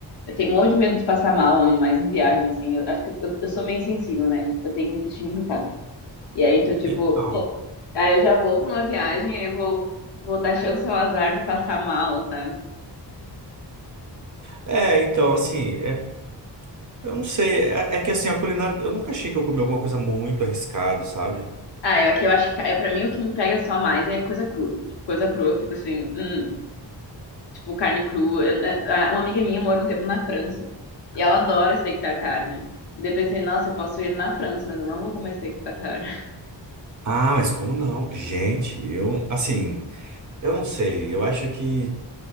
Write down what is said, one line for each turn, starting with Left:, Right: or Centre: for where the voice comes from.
Left: Eu tenho um monte de medo de passar mal, ainda mais em viagem, assim. Eu acho que eu, eu sou meio sensível, né? Tipo, Eu tenho intestino irritado. E aí, então, tipo,
Right: Então.
Left: pô, aí eu já vou pra uma viagem, aí eu vou, vou dar chance ao azar de passar mal, sabe?
Right: É, então, assim, é, eu não sei. É, é que assim, a culinária. Eu nunca achei que eu comi alguma coisa muito arriscado, sabe?
Left: Ah, eu aqui eu acho que é para mim o que me pega só mais é coisa crua. Tipo, coisa crua, eu fico assim, hum, tipo carne crua. Eu- é, é, uma amiga minha morou um tempo na França e ela adora steak tartar, né? Daí eu pensei, nossa, eu posso ir na França, mas eu não vou comer steak tartar. <laughs>
Right: Ah, mas como não? Gente, eu, assim, eu não sei. Eu acho que